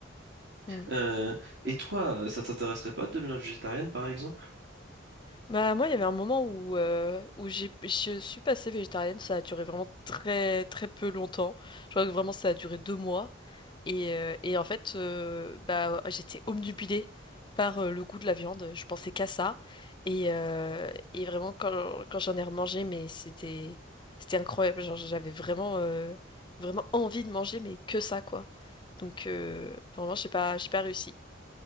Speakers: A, on the left; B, on the right.
A: hum.
B: Euh, et toi, euh, ça t'intéresserait pas de devenir végétarienne, par exemple?
A: Bah moi, il y avait un moment où euh, où j'ai, je suis passée végétarienne. Ça a duré vraiment très très peu longtemps. Je crois que vraiment ça a duré deux mois. Et, euh, et en fait, euh, bah, j'étais obnubilée par euh, le goût de la viande. Je pensais qu'à ça. Et, euh, et vraiment, quand, quand j'en ai remangé, mais c'était, c'était incroyable. Genre, j'avais vraiment, euh, vraiment envie de manger, mais que ça, quoi. Donc, euh, vraiment, j'ai pas, j'ai pas réussi.